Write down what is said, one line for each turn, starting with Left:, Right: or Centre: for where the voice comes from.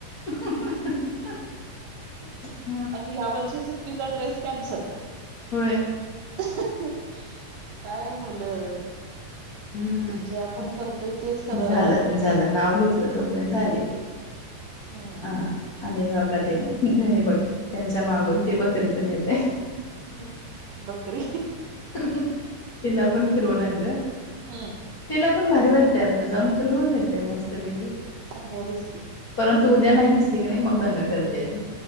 Left: हं हं ह अ <unintelligible>
Right: आनि ह्या वर्षी सुट्टीचा ड्रेस कॅन्सल.
Left: होय
Right: अ हं हं काय मुलं.
Left: हम्
Right: जे आपण करतोय तेच करायला
Left: झालं
Right: बघत
Left: झालं
Right: असतात.
Left: नाव घेतलं तोपर्यंत आलीत.
Right: हम्म.
Left: आ आली हो का दे दे बघ. त्यांच्या मागून ती बकरी पण येतेह.
Right: हम्म बकरी.
Left: अ हं तिला पण फिरवून आणलं.
Right: हम्.
Left: तिला पण भारी वाटते आपलं जाऊन फिरुन येते मस्तपैकी.
Right: होयच की.
Left: परंतु उद्या नाई दिसली क नाई नाही मग दंगा करत्यात.